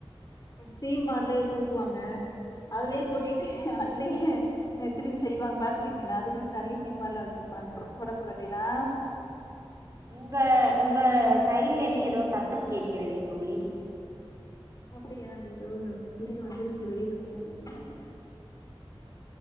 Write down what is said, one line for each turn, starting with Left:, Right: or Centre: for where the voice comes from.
Left: சீமார்லே கூட்டுவாங்க அதுலயே கூட்டிட்டு அதுலயே திருப்பி செய்வாங்க பாத்துருக்கீங்களா அதுக்குன்னு தனியே சீமார்லா எல்லாம் வச்சிருப்பாங்க தொடப்பக்கட்டை எல்லாம்
Right: உங்க உங்க சைட்ல இருந்து ஏதோ சத்தம் கேட்கிறதே தோழி
Left: அப்டியா இதோ இந்த பிள்ளக வந்துருச்சு வெளியில போயிருந்தது என்